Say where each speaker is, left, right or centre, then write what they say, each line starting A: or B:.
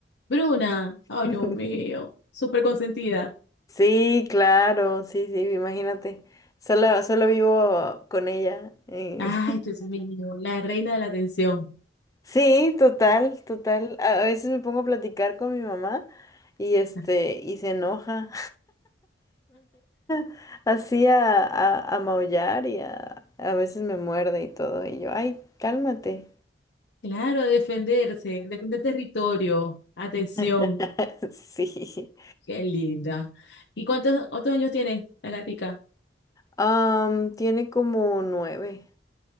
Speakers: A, on the left (about 65°); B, on the left (about 20°).
A: Bruna, ay,
B: <laughs>
A: Dios mío, súper consentida.
B: Sí, claro, sí, sí, imagínate. Solo, solo vivo con ella. eh.
A: Ay, Dios mío, la reina de la atención.
B: Sí, total, total. A a veces me pongo a platicar con mi mamá y este,
A: <laughs>
B: y se enoja, <laughs> así a, a, a maullar y a, a veces me muerde y todo. Y yo, ay, cálmate.
A: Claro, a defenderse, defender territorio, atención,
B: <laughs> Sí.
A: qué linda. ¿Y cuántos otros años tiene la gatica?
B: Am, tiene como nueve.